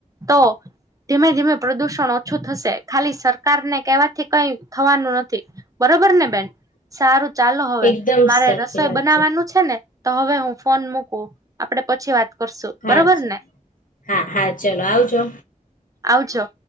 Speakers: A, on the right (about 25°); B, on the left (about 75°).
A: તો ધીમે-ધીમે પ્રદુષણ ઓછું થશે. ખાલી સરકાર ને કેવાથી કંઈ થવાનું નથી. બરોબર ને બેન. સારું. ચાલો હવે
B: એકદમ
A: મારે
B: સાચી
A: રસોઈ
B: વાત
A: બનાવાનું છે, ને તો હવે હું ફોન મૂકું. આપડે પછી વાત... કરશું
B: હા
A: બરોબર ને
B: હા. હા, ચલો આવજો.
A: આવજો.